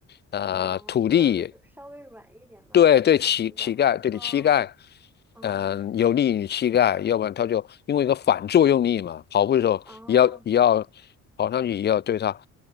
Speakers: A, on the left; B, in the centre.
A: 呃土地。
B: 哦，比较软，稍微软一点嘛是比较好的。
A: 对对乞乞丐，膝膝盖对你膝盖，
B: 哦哦
A: 嗯，有利于膝盖，要不然他就因为一个反作用力嘛，跑步的时候也要也要跑上去，
B: 哦
A: 也要对他